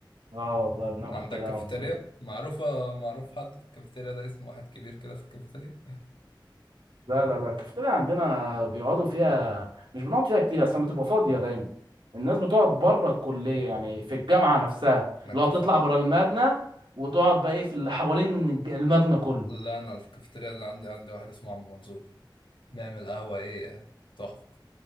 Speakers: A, on the right (about 80°); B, on the left (about 75°).
A: اه والله بناكل
B: عندك
A: كده
B: كافيتيريا
A: انا والمعيدين
B: معروفة معروف حد في الكافيتيريا ده اسمه واحد كبير كده في الكافيتيريا
A: لا لا لا الكافيتيريا عندنا بيقعدوا فيها مش بنقعد فيها كتير اصلا بتبقى فاضيه دايما الناس بتقعد بره الكليه يعني في الجامعه نفسها
B: انا
A: لو
B: الكافيت
A: تطلع بره المبنى وتقعد بقى ايه في اللي حوالين الج- المبنى كله
B: لا انا الكافيتيريا اللي عندي عندي واحد اسمه عم منصور بيعمل قهوة ايه تحفة